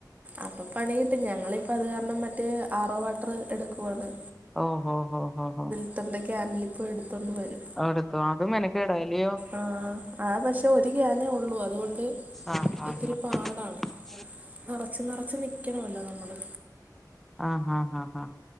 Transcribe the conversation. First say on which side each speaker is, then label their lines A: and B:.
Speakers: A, on the right (about 20°); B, in the centre.
A: അപ്പൊ പണികിട്ടും. ഞങ്ങളിപ്പോ അത് കാരണം മറ്റേ, ആറോ വാട്ടർ എടുക്കുവാണ്.
B: ഓഹോ, ഹോ, ഹോ, ഹോ.
A: <unintelligible> ക്യാൻല് പോയെടുത്തോണ്ട് വരും.
B: അവിടുക്കോ? അത് മെനക്കേടാ ല്ലയോ?
A: ആഹ്. ആ പഷേ, ഒരു ക്യാനേ ഉള്ളൂ. അതുകൊണ്ട്
B: ആഹ് ആഹ്
A: ഇത്തിരി പാടാണ്.
B: <inaudible>
A: നറച്ച്, നറച്ച് നിക്കണവല്ലോ നമ്മള്.
B: ആഹ്, ഹാ, ഹാ, ഹാ